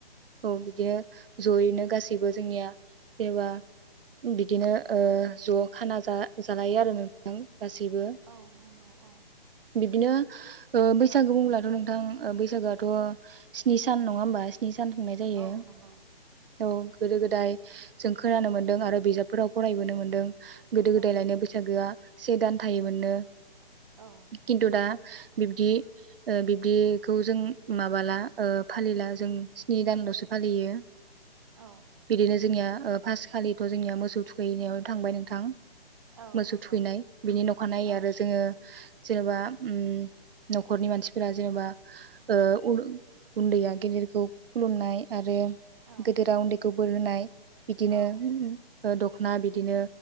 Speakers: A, on the right; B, on the right.
A: औ बिदिनो जयैनो गासैबो जोंनिया जेनेबा बिदिनो ओ ज' खाना जा-जालायो आरो नोंथां गासैबो
B: औ नोंगौ औ
A: दिनो ओ बैसागो बुब्लाथ नोंथां ओ बैसागोआथ स्नि सान नङा होमबा स्नि सा सानफुंनाय जायो
B: औ नंगौ
A: औ गोदो गोदाय जों खोनानो मोनदों आरो बिजाबफोराव फरायबोनो मोन्दों गोदो गोदाय
B: औ
A: लायनो बैसागोआ से दान थायोमोननो
B: औ
A: खिन्थु दा बिबदि ओ बिबदिखौ जों माबाला ओ फालिला जों स्नि दानलसो फालियो
B: औ
A: बिदिनो जोंनिया ओ फासखालि जोंनिया मोसौ थुखैनायावनो थांबाय नोंथां
B: औ
A: मोसौ
B: नंगौ
A: थुखैनाय बिनि नख नायै
B: औ
A: आरो जोङो जेनेबा उम नखरनि मानसिफोरा जेनेबा ओ उद-उन्दैया गेदेरखौ खुलुमनाय आरो
B: औ
A: गोदेरा उनदै खो बोर होनाय‌ बिदिनो
B: औ
A: उ ओ दखना बिदिनो